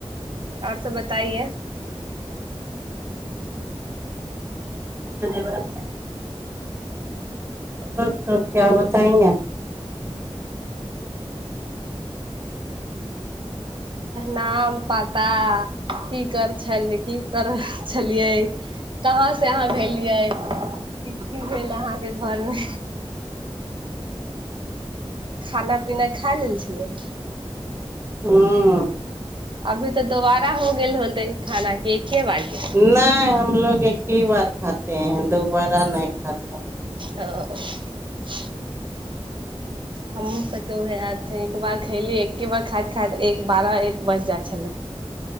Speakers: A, on the right; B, on the right.
A: आओर सब बता बताइए
B: धन्यवाद और सब क्या बताऐंगे
A: नाम पताा की कर छलै की कर छलिए कहा स अहान भेलियय की भेल अहां के घर में। खाना पीना खा लेल छियै।
B: हँ।
A: अभी तऽ दोबारा हो गेल होते खाना के। एके बार के
B: नहि हम। भग। की बार खाते है दो। रा नहि खात।
A: तऽ। हमहूँ सबके उहे आ हे। एक बार खयली एके बार खाइत खाइत एक बारह एक बज जाइ छलै।